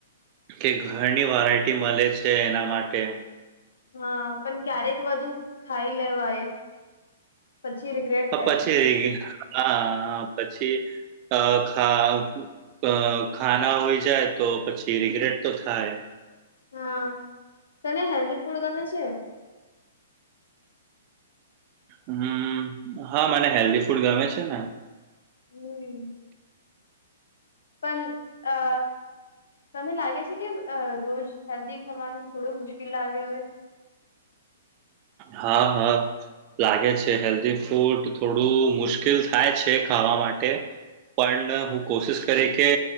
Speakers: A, on the right (about 35°); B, on the left (about 70°).
A: કે ઘણી વરાયટી મળે છે એના માટે
B: હા પણ ક્યારેક વધુ ખાઈ લેવા એ પછી રિગ્રેટ
A: અ
B: થાય
A: પછી
B: છે.
A: હા પછી અ ખા અ ખાના હોય જાય તો પછી રિગ્રેટ તો થાય.
B: હા તને હેલ્દી ફૂડ ગમે છે.
A: હમ હા મને હેલ્ધી ફૂડ ગમે છે ને
B: હમ પણ અ તને લાગે છે કે રોજ હેલ્ધી ખાવાનું થોડું મુશ્કેલ લાગ્યો હોય.
A: હા હા લાગે છે હેલ્ધી ફૂડ થોડું મુશ્કેલ થાય છે ખાવા માટે. પણ હું કોશિશ કરી કે